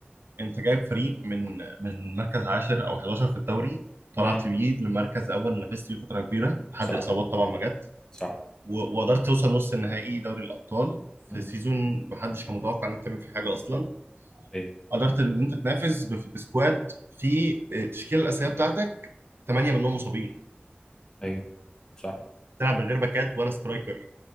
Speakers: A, on the right; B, on the left.
A: انت جايب فريق من من مركز عاشر او 11 في الدوري
B: امم
A: طلعت بيه لمركز اول نافست بيه فتره كبيره لحد
B: صح
A: الاصابات طبعا ما جت
B: صح
A: و- وقدرت توصل نص النهائي دوري الابطال
B: مم.
A: في سيزون محدش كان متوقع انك تعمل فيه حاجه اصلا
B: ايوه
A: قدرت ان انت تنافس بف- بسكواد في التشكيله الاساسيه بتاعتك ثمانيه منهم مصابين
B: ايوه صح
A: تلعب من غير باكات ولا سترايكر